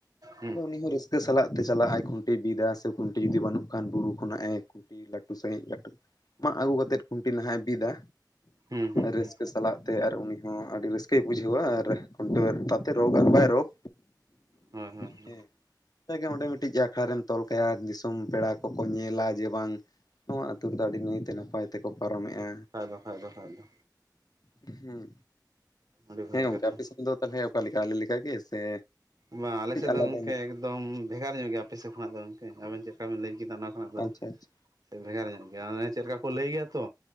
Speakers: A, on the right (about 60°); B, on the left (about 60°).
A: ᱦᱩᱸ
B: ᱫᱚ ᱩᱱᱤ ᱦᱚᱸ ᱨᱟᱹᱥᱠᱟᱹ ᱥᱟᱞᱟᱜ ᱛᱮ ᱪᱟᱞᱟᱜ ᱟᱭ ᱠᱷᱩᱱᱴᱤ ᱵᱤᱫᱟ ᱥᱮ ᱠᱷᱩᱱᱴᱤ ᱡᱩᱫᱤ ᱵᱟᱹᱱᱩᱜ ᱠᱷᱟᱱ ᱵᱩᱨᱩ ᱠᱷᱚᱱᱟᱜ ᱮ ᱩᱱᱴᱤ ᱞᱟᱹᱴᱩ ᱥᱟᱺᱦᱤᱡ ᱞᱟᱹᱴᱩ ᱢᱟᱜ ᱟᱹᱜᱩᱠᱟᱛᱮᱫ ᱠᱷᱩᱱᱴᱤ ᱱᱟᱦᱟᱜ ᱮ ᱵᱤᱫᱟ᱾
A: ᱦᱩᱸ ᱦᱩᱸ ᱦᱩᱸ ᱦᱩᱸ
B: ᱨᱟᱹᱥᱠᱟᱹ
A: ᱦᱩᱸ
B: ᱥᱟᱞᱟᱜ ᱛᱮ ᱟᱨ ᱩᱱᱤ ᱦᱚᱸ ᱟᱹᱰᱤ ᱨᱟᱹᱥᱠᱟᱹᱭ ᱵᱩᱡᱷᱟᱹᱣᱟ ᱟᱨ ᱠᱷᱩᱱᱴᱟᱹᱣ ᱛᱟᱛᱮ ᱨᱚᱜᱽ ᱟᱨ ᱵᱟᱭ ᱨᱚᱜᱽ᱾
A: ᱦᱚᱸ ᱦᱚᱸ
B: ᱦᱮᱸ
A: ᱦᱚᱸ
B: ᱡᱟᱜᱮ ᱚᱸᱰᱮ ᱢᱤᱫᱴᱤᱡ ᱟᱠᱷᱲᱟ ᱨᱮᱢ ᱛᱚᱞ ᱠᱟᱭᱟ ᱫᱤᱥᱚᱢ ᱯᱮᱲᱟ ᱠᱚᱠᱚ ᱧᱮᱞᱟ ᱡᱮ ᱵᱟᱝ ᱱᱚᱣᱟ ᱟᱹᱛᱳ ᱨᱮᱫᱚ ᱟᱹᱰᱤ ᱱᱟᱮᱭᱛᱮ ᱱᱟᱯᱟᱭ ᱛᱮᱠᱚ ᱯᱟᱨᱚᱢᱮᱜᱼᱟ᱾
A: ᱠᱷᱟᱡ ᱫᱚ ᱠᱷᱟᱡ ᱫᱚ ᱠᱷᱟᱡ ᱫᱚ᱾
B: ᱦᱮᱸ
A: ᱟᱹᱰᱤ ᱵᱷᱟᱜᱮ
B: ᱦᱮᱸ ᱜᱚᱝᱠᱮ
A: ᱠᱟᱛᱷᱟ
B: ᱟᱯᱮ ᱥᱮᱜ ᱫᱚ ᱛᱟᱦᱞᱮ ᱚᱠᱟ ᱞᱮᱠᱟ ᱟᱞᱮ ᱞᱮᱠᱟ ᱜᱮ ᱥᱮ
A: ᱵᱟᱝ ᱟᱞᱮ
B: ᱠᱟᱹᱡ
A: ᱥᱮᱫ
B: ᱟᱞᱟᱫᱟ
A: ᱫᱚ ᱜᱚᱝᱠᱮ
B: ᱧᱚᱜ
A: ᱮᱠᱫᱚᱢ ᱵᱷᱮᱜᱟᱨ ᱧᱚᱜ ᱜᱮᱭᱟ ᱟᱯᱮ ᱥᱮᱫ ᱠᱷᱚᱱᱟᱜ ᱫᱚ ᱜᱚᱝᱠᱮ ᱟᱵᱮᱱ ᱪᱮᱫᱞᱮᱠᱟ ᱵᱮᱱ ᱞᱟᱹᱭ ᱠᱮᱫᱟ ᱚᱱᱟ ᱚᱱᱟ ᱫᱚ
B: ᱟᱪᱪᱷᱟ ᱟᱪᱪᱷᱟ
A: ᱵᱷᱮᱜᱟᱨ ᱧᱚᱜ ᱜᱮᱭᱟ, ᱚᱱᱮ ᱪᱮᱫ ᱞᱮᱠᱟ ᱠᱚ ᱞᱟᱹᱭ ᱜᱮᱭᱟ ᱛᱚ